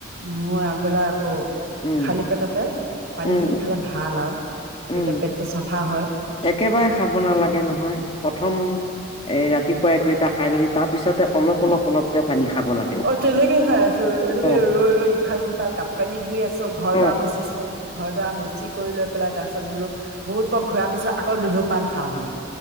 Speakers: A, on the right; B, on the left.
A: নহয় আগবেলা আকৌ
B: উম
A: খালী পেটতে পানী
B: উম
A: খিনি খালে ভাল আৰু তেতিয়া
B: উম
A: পেটটো চাফা হয়
B: একেবাৰে খাব নালাগে নহয় প্ৰথম এ ৰাতিপুৱা এক লিটাৰ খাই ললি তাৰ পিছতে অলপ অলপ অলপকে পানী খাব লাগে
A: অ তেনেকে খাই আছো ৰ এনেকে
B: অ
A: ৰৈ ৰৈ ইফাল সিফাল কাপোৰ কানি ধুই আছো ছ ঘৰ
B: অ
A: দুৱাৰ মচিছো ঘৰ দুৱাৰ মুচি কৰি লৈ পেলাই তাৰ পাছত বলো বহুত পৰ ঘূৰাৰ পিছত আকৌ দুঢুকমান খাও সি